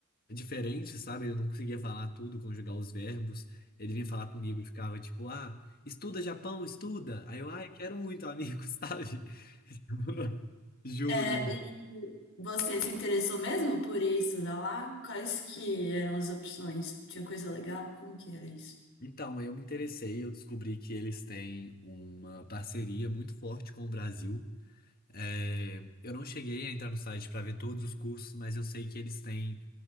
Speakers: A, on the left (about 45°); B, on the left (about 60°).
A: diferente, sabe? Ele não conseguia falar tudo, conjugar os verbos. Ele vinha falar comigo e ficava tipo, ah, estuda Japão, estuda. Aí eu, ah, eu quero muito, amigo, <laughs> sabe? <laughs> Juro,
B: É, e você se interessou mesmo por isso, da lá? Quais que eram as opções? Tinha coisa legal? Como que era isso?
A: Então, eu me interessei, eu descobri que eles têm uma parceria muito forte com o Brasil. É, eu não cheguei a entrar no site para ver todos os cursos, mas eu sei que eles têm